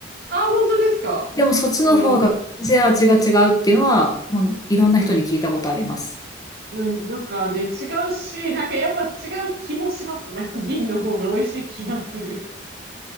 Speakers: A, on the right; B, on the left.
A: あ、本当ですか。
B: でもそっちの方が全然味が違うっていうのは、
A: うん、
B: もういろんな人に聞いたことあります。
A: うん、うん。なんかね、違うし、なんかやっぱ違う気もします。なんか瓶の方が美味しい気がする。